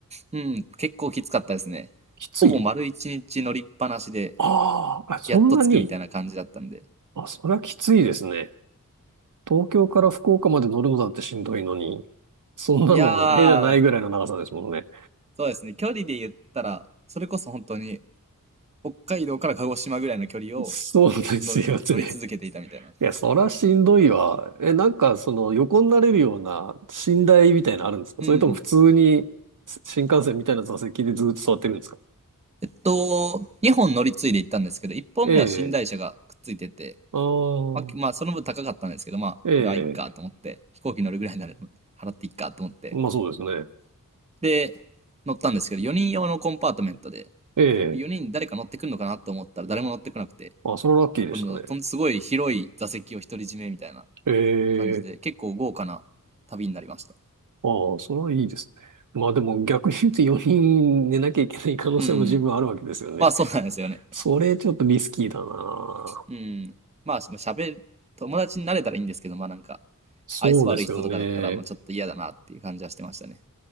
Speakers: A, on the right; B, on the right.
A: うん、結構きつかったですね。
B: きつい
A: ほぼ丸一日乗りっぱなしで、
B: あーあ、あそんなに。
A: やっと着くみたいな感じだったんで。
B: あ、そりゃきついですね。東京から福岡まで乗るのだってしんどいのに。そんなの、
A: いや
B: ええじゃないぐらいの長さですもんね。
A: ー、そうですね。距離で言ったら、それこそ本当に、北海道から鹿児島ぐらいの距離を
B: そうですよね。
A: 乗り、乗り続けていたみたいな。
B: いや、そらしんどいわ。え、なんか、その、横になれるような寝台みたいなのあるんですかそれとも普通にす新幹線みたいな座席でずっと座ってるんですか
A: うん。えっと、2本乗り継いで行ったんですけど、1本目は寝台車がくっついてて、
B: ええ。ああ、
A: まあ、きまあ、その分高かったんですけど、まあ、
B: ええ。
A: これはいいかと思って、飛行機乗るぐらいなら払っていいかと思って。
B: まあそうですね。
A: で、乗ったんですけど、4人用のコンパートメントで、
B: ええ。
A: 4人誰か乗ってくんのかなと思ったら誰も乗ってこなくて、
B: あ、それはラッキーでしたね。
A: このとんすごい広い座席を独り占めみたいな
B: ええ。
A: 感じで、結構豪華な旅になりました。
B: ああ、それはいいですね。まあでも逆に言うと4人寝なきゃいけない可能性も十分あるわけですよね。
A: うん。まあそうなんですよね。
B: それちょっとリスキーだな。
A: うん。まあ喋る、友達になれたらいいんですけど、まあなんか、
B: そうですよね。
A: 愛想悪い人とかだったら、まあちょっと嫌だなっていう感じはしてましたね。